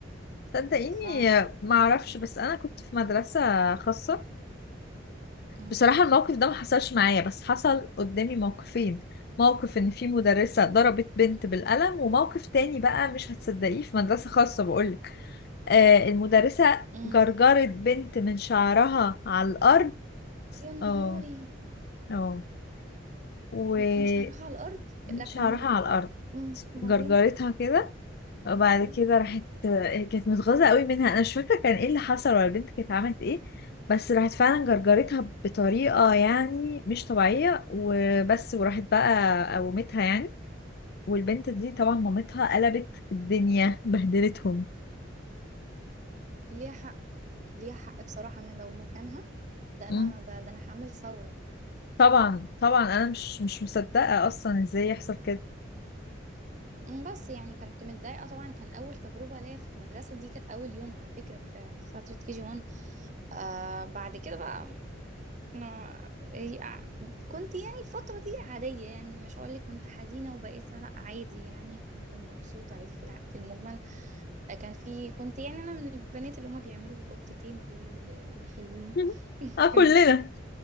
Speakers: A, on the left; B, on the right.
A: صدقيني
B: ف
A: ما اعرفش بس انا كنت في مدرسه خاصه
B: مم.
A: بصراحة الموقف ده ما حصلش معايا بس حصل قدامي موقفين موقف ان في مدرسة ضربت بنت بالقلم وموقف تاني بقى مش هتصدقيه في مدرسة خاصة بقولك آه المدرسة
B: مم.
A: جرجرت بنت من شعرها على الأرض
B: يا نهاري
A: اه اه و
B: من شعرها على الارض
A: من
B: لا
A: شعرها
B: كملي
A: على الأرض
B: امم وبعدين
A: جرجرتها كده وبعد
B: ليه
A: كده راحت آه، كانت متغاظة قوي منها انا مش فاكرة كان ايه اللي حصل ولا البنت كانت عملت ايه بس راحت فعلا جرجرتها بطريقة يعني مش طبيعية وبس وراحت بقى قومتها يعني والبنت دي طبعا مامتها قلبت الدنيا <laughs> بهدلتهم
B: ليها حق ليها حق بصراحة أنا لو مكانها ده
A: مم.
B: أنا ده, ده أنا هعمل ثورة
A: طبعا طبعا انا مش مش مصدقة اصلا ازاي يحصل كده
B: أمم، بس يعني كنت متضايقة طبعا كان أول تجربة ليا في المدرسة دي كانت أول يوم على فكرة في في فترة كي جي 1 آه بعد كده بقى أنا هي- كنت يعني الفترة دي عادية يعني مش هقول لك كنت حزينة وبائسة لا عادي يعني كنت مبسوطة عادي في الع- في المجمل آه، كان في كنت يعني أنا من البنات اللي هما بيعملوا قطتين دول اللي اللي حلوين
A: <laughs>
B: <laughs>
A: اه
B: كانوا
A: كلنا